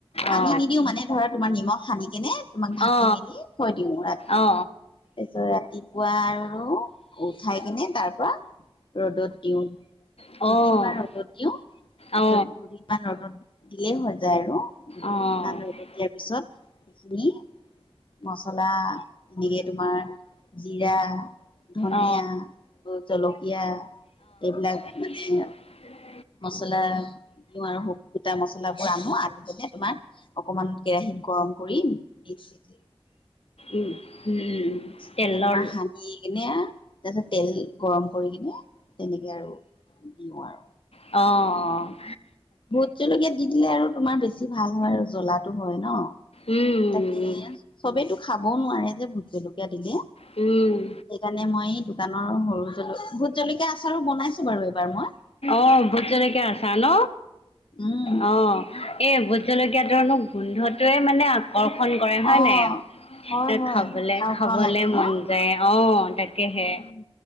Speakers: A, on the left; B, on the left.
A: পানী
B: অ
A: নিদিও মানে ধৰা তোমাৰ নিমখ সানি কেনে তোমাক ঢাকি
B: অ
A: মেলি থৈ দিওঁ ৰাতি।
B: অ অ
A: তাৰিছত ৰাতিপুৱা আৰু উঠাই কিনে তাৰ পৰা ৰদত দিওঁ।
B: অ
A: দুদিনমান ৰ'দত দিওঁ
B: অ
A: তাৰপিছত দুদিনমান ৰ'দত দিলেই হৈ যায় আৰু দুদিনমান
B: অ
A: ৰ'দত দিয়াৰ পিছত সেইখিনি মচলা, এনেকে তোমাৰ জিৰা, ধনীয়া,
B: অ অ অ
A: জলকীয়া এইবিলাক
B: <inaudible>
A: মানে মছলা দিও আৰু গুটা মচলাবোৰ আনো আনি পিনে তোমাৰ অকমান কেৰাহিতত গৰম কৰি মিক্সি দিও
B: উম উম
A: চিকিনে
B: তেলৰ
A: তোমাৰ সানি কিনে তাৰপিছত তেল গৰম কৰি কিনে তেনেকে আৰু ইউ আৰু।
B: অঁ
A: ভোট জলকীয়াত দি দিলে আৰু তোমাৰ বেছি ভাল হয় আৰু জ্বলাটো হয় ন?
B: উম
A: তাকে
B: উম
A: চবেইতো খাবও নোৱাৰে যে ভোট জেলকীয়া দিলে।
B: উম
A: সেইকাৰণে মই দোকানৰ সৰু জল ভোট জলকীয়া আচাৰো বনাইছো বাৰু এইবাৰ মই।
B: অ ভোট জলকীয়া ন
A: উম,
B: অঁ এই ভোট জলকীয়াটোৰনো গোন্ধটোৱে মানে আকৰ্ষণ কৰে হয়
A: অ',
B: নাই
A: হয়, হয়,
B: খাবলে
A: খাওঁ
B: খাবলে
A: খাওঁ লাগে
B: মন
A: ন?
B: যায় অ তাকেহে
A: উম,